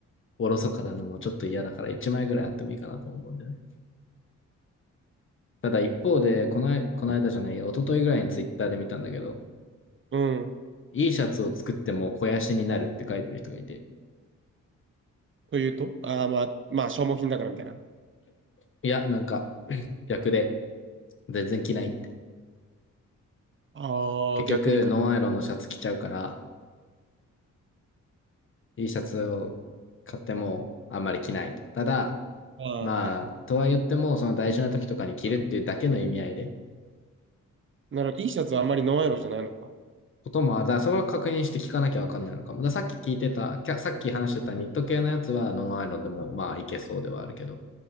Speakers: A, on the left; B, on the right.
A: おろそからのもちょっと嫌だから、一枚ぐらいあってもいいかなと思うんだよね。ただ一方で、この、この間じゃないや、一昨日ぐらいにツイッターで見たんだけど、
B: うん。
A: いいシャツを作っても肥やしになるって書いてる人がいて、
B: というとああー、まあ、まあ、消耗品だからみたいな。
A: いや、なんか、逆で、全然着ないって。
B: ああ、
A: 結局、
B: 逆にか。
A: ノンアイロンのシャツ着ちゃうから、いいシャツを買ってもあんまり着ないと。ただ、
B: ああ、
A: まあ、
B: はいは
A: とは言っても、その大事な時とかに着るっていうだけの意味合いで、
B: い。なら、いいシャツはあんまりノンアイロンじゃないのか。
A: ことも、だからそれは確認して聞かなきゃわかんないのかも。だからさっき聞いてた、さっき話してたニット系のやつはノンアイロンでもまあいけそうではあるけど、